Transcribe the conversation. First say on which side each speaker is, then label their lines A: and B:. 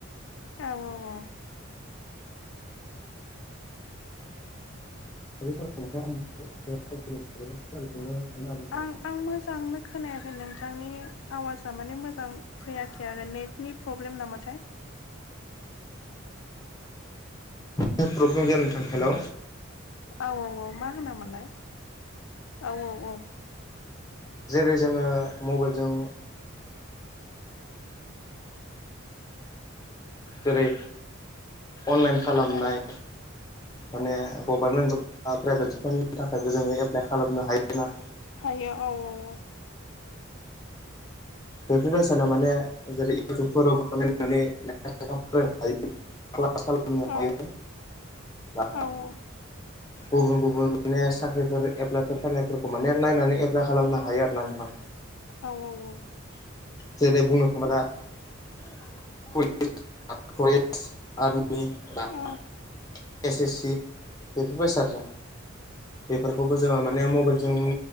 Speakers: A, on the left (about 70°); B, on the left (about 20°).
A: औ औ औ।
B: <unintelligible> फरायलांनो सानो आरोना
A: आं
B: नोंथां।
A: आं मोजांनो खोनायाखै नोंथांनि आवाजा माने मोजां फैयाखै आरो नेटनि प्रब्लेम नामाथाय।
B: नेट प्रब्लेम गैया नोंथां हेल'।
A: औ औ औ मा होनामोनलाय औ औ औ।
B: जेरै जोङो मबाइलजों जेरै अनलाइन खालामनाय
A: औ
B: माने गभारमेन्ट जब बा प्राइभेट जबफोरनि थाखायबो जोङो एप्लाइ खालामनो हायोना।
A: हायो औ औ औ।
B: बेफोरबायसानाव माने जेरै इउटुबफोरावबो नायनानै लेखा <unintelligible> फरायनो हायो। क्लास खालामनो हायो
A: औ
B: बा
A: औ औ।
B: गुबुन गुबुन माने साख्रिफोर एप्लाइफोर फैनायफोरखौ माने नायनानै एप्लाय खालामनो हायो आरो ना नोंथां।
A: औ औ औ।
B: जेरै बुंनो थाङोबा दा <unintelligible>
A: औ
B: एस एस सि बेफोरबाय सारजा बेफोरखौबो जोङो माने मबाइलजों